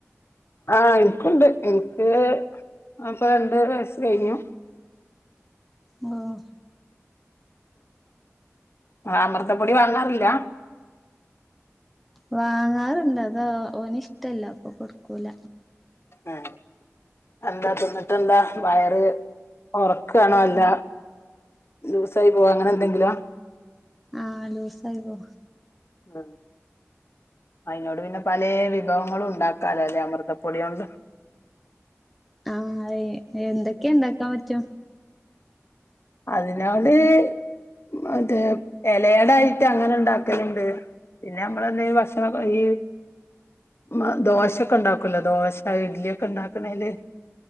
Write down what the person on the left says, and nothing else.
ആഹ എനിക്കുണ്ട് എനിക്ക് അപ്പൊ രണ്ട് വയസ് കഴിഞ്ഞു
ആ അമൃതപ്പൊടി വാങ്ങാറില്ല?
ഏ എന്താ തിന്നിട്ടെന്താ വയറ് ഓർ ണല്ല
ലൂസായി പോവാ അങ്ങനെന്തെങ്കിലാ
ആ. അയിനോട് പിന്ന പലേ വിഭവങ്ങളും ഉണ്ടാക്കാലോലെ അമൃതപ്പൊടിയോണ്ട്.
അതിനോട് മറ്റേ ഇലയടായിട്ട് അങ്ങനെ ഇണ്ടാക്കല്ണ്ട്. പിന്നെ ഞമ്മള് എന്തോല് ഭക്ഷണ, ഈ മ് ദോശൊക്കെണ്ടാക്കൂലോ ദോശ ഇഡ്ല്യാെക്കെ ഇണ്ടാക്കണേല്